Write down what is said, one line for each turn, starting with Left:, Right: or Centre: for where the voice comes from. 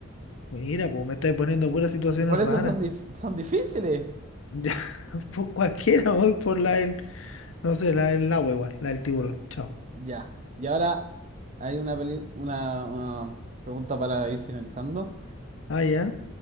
Left: mira, pues me estáis poniendo puras situaciones
Right: Por eso
Left: raras.
Right: son, dif-
Left: <laughs>
Right: son difíciles.
Left: Ya, por cualquiera voy por la del No sé, la del agua igual, la del tiburón. Chao.
Right: Ya. Y ahora hay una, peli- una, una pregunta para ir finalizando.
Left: Ah, ya.